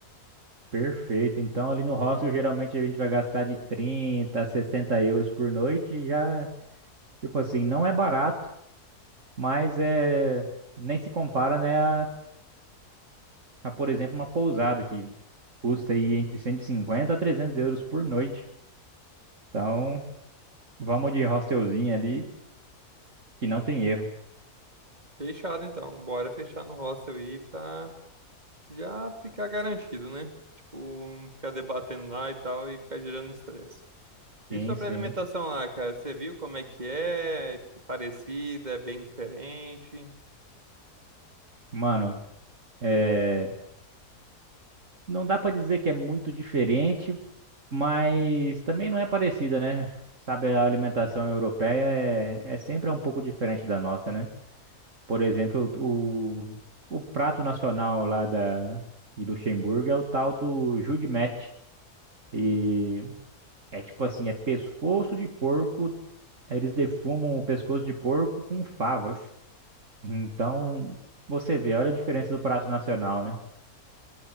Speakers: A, on the right; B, on the right.
A: Perfeito. Então, ali no hostel, geralmente a gente vai gastar de 30 a 60 euros por noite. e Já, tipo assim, não é barato, mas é nem se compara, né, a, a, por exemplo, uma pousada que custa aí entre 150 a 300 euros por noite. Então, vamos de hostelzinho ali, que não tem erro.
B: Fechado então, bora fechar no hostel aí pra já ficar garantido, né? Tipo, não ficar debatendo lá e tal e ficar gerando estresse. E
A: Sim,
B: sobre
A: sim.
B: a alimentação lá, cara, você viu como é que é? É, Tipo, parecida, é bem diferente.
A: Mano, é... não dá pra dizer que é muito diferente, mas também não é parecida, né? Sabe, a alimentação europeia é, é sempre um pouco diferente da nossa, né? Por exemplo, o, o prato nacional lá da... de Luxemburgo é o tal do Judimete. E é tipo assim, é pescoço de porco, eles defumam o pescoço de porco com favas. Então, você vê, olha a diferença do prato nacional, né?